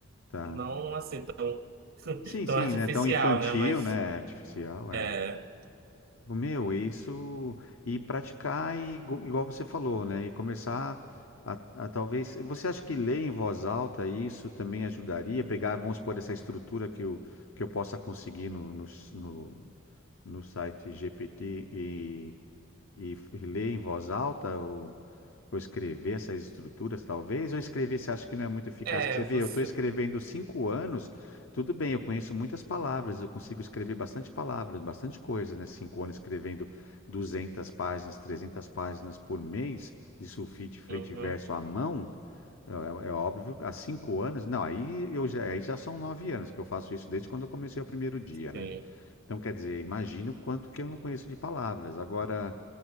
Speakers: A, on the left; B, on the right.
A: Tá.
B: não assim tão,
A: Sim,
B: tão
A: sim,
B: artificial,
A: né? Tão infantil,
B: né? Mas
A: né? Artificial,
B: é,
A: é. Tipo, Meu, é isso e praticar e, igu- igual você falou, né? E começar a, a talvez. Você acha que ler em voz alta isso também ajudaria? Pegar, vamos supor, essa estrutura que eu, que eu possa conseguir no, no, s- no, no site GPT e, e f- ler em voz alta? Vou escrever essas estruturas, talvez, ou escrever, você acha que não é muito eficaz?
B: é,
A: Que você vê,
B: você.
A: eu estou escrevendo cinco anos, tudo bem, eu conheço muitas palavras, eu consigo escrever bastante palavras, bastante coisa, né? Cinco anos escrevendo 200 páginas, 300 páginas por mês de sulfite frente
B: Uhum,
A: e verso à mão, é, é é óbvio, há cinco anos, não, aí, eu já, aí já são nove anos que eu faço isso desde quando eu comecei o primeiro dia, né?
B: sim.
A: Então, quer dizer, imagina o quanto que eu não conheço de palavras. Agora